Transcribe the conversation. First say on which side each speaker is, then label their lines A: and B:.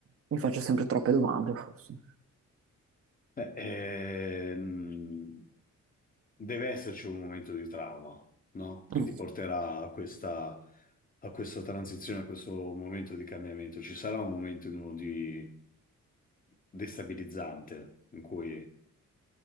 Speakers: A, on the right (about 50°); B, on the left (about 30°).
A: mi faccio sempre troppe domande forse.
B: Beh, ehm, deve esserci un momento di trauma, no? Che
A: Mm,
B: ti porterà a questa, a questa transizione, a questo momento di cambiamento. Ci sarà un momento in uno di destabilizzante in cui